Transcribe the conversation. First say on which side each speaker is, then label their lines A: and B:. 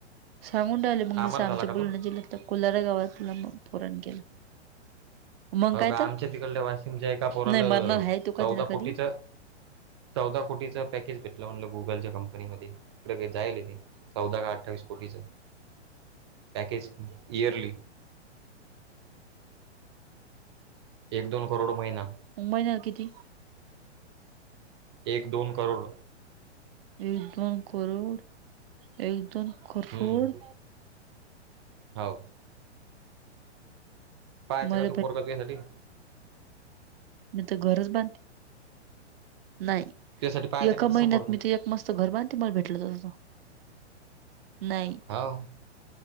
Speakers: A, on the right; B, on the right.
A: सांगून राहिलं मग
B: आमर
A: जसं आमच्या
B: झाला का
A: बोलना
B: तो
A: जिल्ह्यातलं कुलारा गावातलं म पोराण केलं मग
B: हाव
A: काय
B: का
A: तर
B: आमच्या तिकडल्या वाशिमच्या एका पोराल
A: नाही मरणार आहे तो कधी
B: चौदा
A: ना कधी
B: कोटीच चौदा कोटीच पॅकेज भेटलं म्हणलं गुगलच्या कंपनी मध्ये तिकडे ते जायल ते चौदा का अठ्ठावीस कोटीच पॅकेज इयरली एक दोन करोड महिना
A: महिनाला किती?
B: एक दोन करोड
A: एक-दोन करोड, एक-दोन करोड
B: हम्म हो. पाहायचं
A: <unintelligible> मी
B: का तू पोरगा तुझ्यासाठी
A: तर घरच बांध नाय,
B: त्यासाठी पाहायचा
A: एका
B: का तसा
A: महिन्यात
B: पोरगा
A: मी तर एक मस्त घर बांधते मला भेटल तर, नाही.
B: हाव